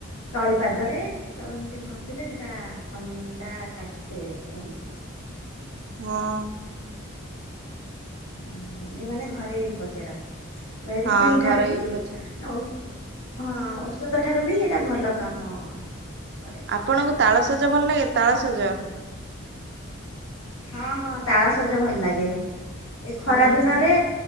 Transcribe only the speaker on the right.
ହଁ।
ହଁ
ଘରୋଇ
ଉପଚାର
ଆପଣଙ୍କୁ ତାଳସଜ ଭଲ ଲାଗେ ତାଳସଜ?
ହୁଁ